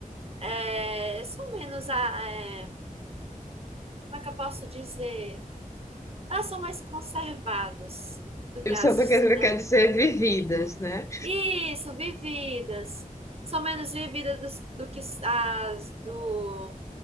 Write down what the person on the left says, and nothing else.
E o
Santa
Catarina
quer dizer vividas, né?